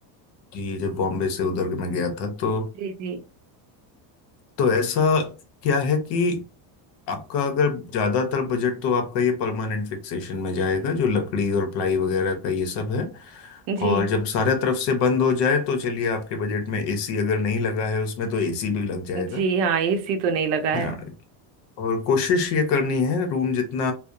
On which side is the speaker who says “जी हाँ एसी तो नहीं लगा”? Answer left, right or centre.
Right